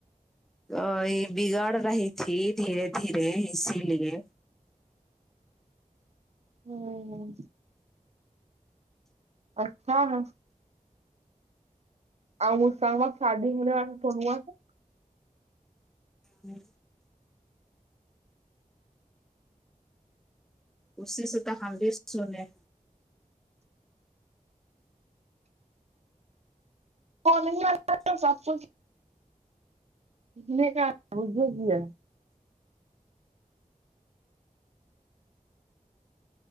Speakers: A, in the centre; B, on the right.
A: ا یہ بگڑ رہی تھی دھیرے دھیرے اسی لیے
B: ہوں اچھا ن اور اسسامباد شادی ہونے والا سنوا سے
A: ہوں اسی سے تو ہم بھی سنے ہیں
B: فن والا تو سب کچھ ا نے کہ مجھے کیا